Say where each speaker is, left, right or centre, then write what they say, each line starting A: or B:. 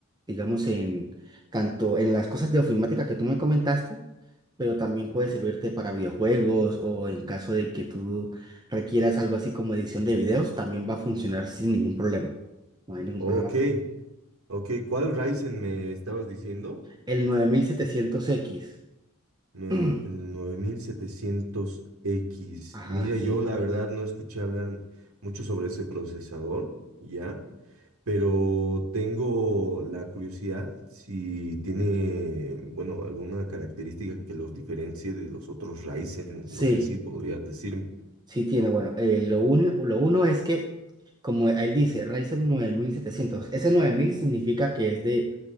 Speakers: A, on the right; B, on the right.
A: digamos, en tanto en las cosas de ofimática que tú me comentaste pero también puede servirte para videojuegos o en caso de que tú requieras algo así como edición de videos, también va a funcionar sin ningún problema. No hay ningún
B: Ok,
A: problema con...
B: ok, ¿cuál Ryzen me estabas diciendo?
A: El nueve mil setecientos x
B: Nueve-
A: <clears throat>
B: el 9700X.
A: Ajá,
B: Mira,
A: sí.
B: yo la verdad no escuché hablar mucho sobre ese procesador, ¿ya? Pero tengo la curiosidad si tiene, bueno, alguna característica que los diferencie de los otros Ryzen. No
A: Sí.
B: sé si podrías decirme.
A: Sí tiene, bueno, eh, lo, un- lo uno es que, como él dice, Ryzen nueve mil setecientos ese 9000 significa que es de